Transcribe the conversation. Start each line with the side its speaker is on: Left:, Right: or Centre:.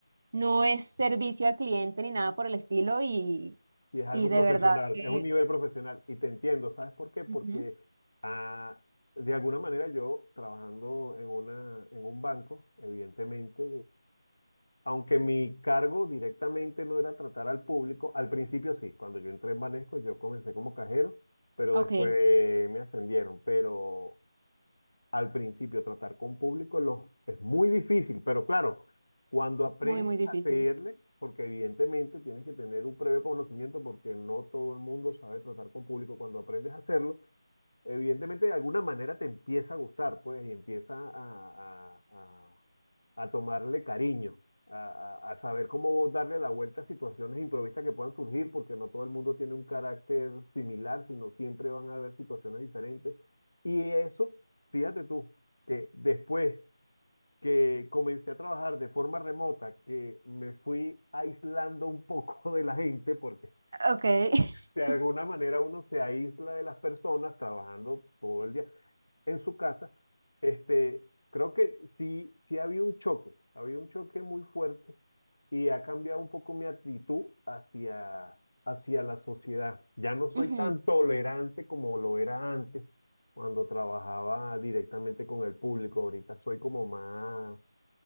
Right: no es servicio al cliente ni nada por el estilo y,
Left: Y es algo
Right: y de
Left: profesional,
Right: verdad que...
Left: es un nivel profesional. Y te entiendo, ¿sabes por qué? Porque
Right: Ujú.
Left: ah, de alguna manera yo trabajando en una, en un banco, evidentemente, aunque mi cargo directamente no era tratar al público, al principio sí, cuando yo entré en Banesco yo comencé como cajero, pero
Right: Ok,
Left: después me ascendieron. Pero al principio tratar con público los, es muy difícil, pero claro, cuando aprendes
Right: muy, muy difícil.
Left: a hacerle, porque evidentemente tienes que tener un previo conocimiento porque no todo el mundo sabe tratar con público, cuando aprendes a hacerlo, evidentemente de alguna manera te empieza a gustar, pues, y empieza a, a- a- a tomarle cariño, a, a- a saber cómo darle la vuelta a situaciones improvistas que puedan surgir, porque no todo el mundo tiene un carácter similar, sino siempre van a haber situaciones diferentes. Y eso, fíjate tú, que después que comencé a trabajar de forma remota, que me fui aislando un poco de la gente, porque
Right: Ok. <laughs>
Left: de alguna manera uno se aísla de las personas trabajando todo el día en su casa, este, creo que sí, sí ha habido un choque, ha habido un choque muy fuerte y ha cambiado un poco mi actitud hacia, hacia la sociedad. Ya no soy
Right: Ujú.
Left: tan tolerante como lo era antes, cuando trabajaba directamente con el público. Ahorita soy como más,